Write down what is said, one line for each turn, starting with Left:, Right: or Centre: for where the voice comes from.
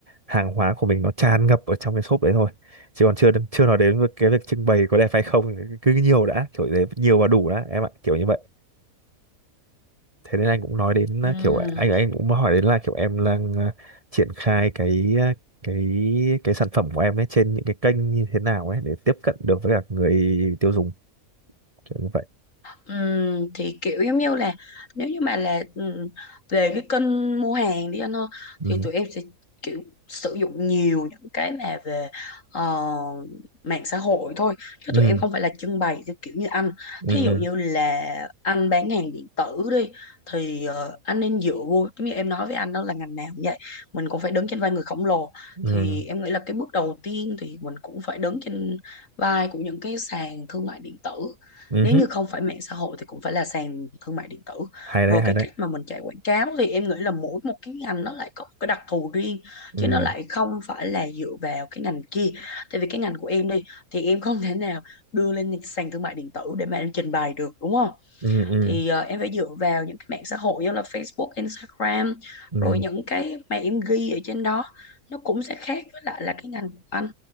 Right: hàng hóa của mình nó tràn ngập ở trong cái shop đấy thôi chứ còn chưa chưa nói đến với cái việc trưng bày có đẹp hay không cứ nhiều đã kiểu thế nhiều và đủ đã em ạ kiểu như vậy thế nên anh cũng nói đến
Left: Ừ.
Right: uh, kiểu anh anh cũng hỏi đến là kiểu em đang uh, triển khai cái uh, cái cái sản phẩm của em ấy trên những cái kênh như thế nào ấy để tiếp cận được với cả người tiêu dùng kiểu như vậy
Left: Ừm, thì kiểu giống như là nếu như mà là ừm, về cái kênh mua hàng đi anh ơi
Right: ừ
Left: thì tụi em sẽ kiểu sử dụng nhiều những cái mà về ờ, mạng xã hội thôi chứ
Right: ừ
Left: tụi em không phải là trưng bày theo kiểu như anh
Right: ừ
Left: thí dụ
Right: ừ
Left: như là anh bán hàng điện tử đi thì ờ, anh nên dựa vô giống như em nói với anh đó là ngành nào cũng vậy mình cũng phải đứng trên vai người khổng lồ
Right: ừ
Left: thì em nghĩ là cái bước đầu tiên thì mình cũng phải đứng trên vai của những cái sàn thương mại điện tử
Right: ừ
Left: nếu
Right: hứ.
Left: như không phải mạng xã hội thì cũng phải là sàn thương mại điện tử
Right: hay
Left: rồi
Right: đấy hay
Left: cái
Right: đấy
Left: cách mà mình chạy quảng cáo thì em nghĩ là mỗi một cái ngành nó lại có một cái đặc thù riêng
Right: ừ
Left: chứ nó lại không phải là dựa vào cái ngành kia tại vì cái ngành của em đi thì em không thể nào đưa lên sàn thương mại điện tử để mà em trình bày được đúng không
Right: ừ ừ
Left: thì ờ, em phải dựa vào những cái mạng xã hội như là Facebook, Instagram
Right: ừ
Left: rồi những cái mà em ghi ở trên đó nó cũng sẽ khác với lại là cái ngành của anh